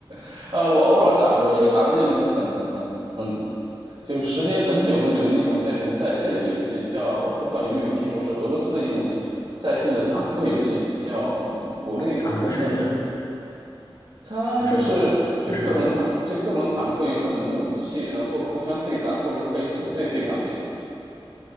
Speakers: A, on the right; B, on the left.
A: <laughs> 呃，我偶尔打，我是打的那种很很很。就是时间很久很久的一种那种在线的游戏，叫我不知道有没有听过，是俄罗斯的一种在线的坦克游戏，叫国内我不知道，
B: 坦克世界
A: 它就是就各种坦就各种坦克有各种的武器，
B: 是吗？不是吧？
A: 然后互相对打，或者是可以组队对打那种。